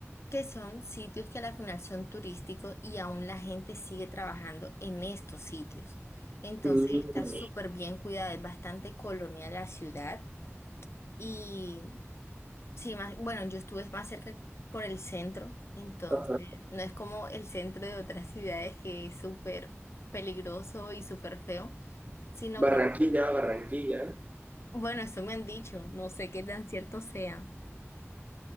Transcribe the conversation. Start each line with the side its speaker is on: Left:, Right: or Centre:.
Left: que son sitios que a la final son turísticos y aún la gente sigue trabajando en estos sitios. Entonces
Right: Mm,
Left: está súper bien cuidada, es bastante colonial la ciudad y sí, más, bueno, yo estuve más cerca por el centro, entonces
Right: ajá.
Left: no es como el centro de otras ciudades que es súper peligroso y súper feo, sino
Right: Barranquilla,
Left: que,
Right: Barranquilla.
Left: bueno, eso me han dicho, no sé qué tan cierto sea.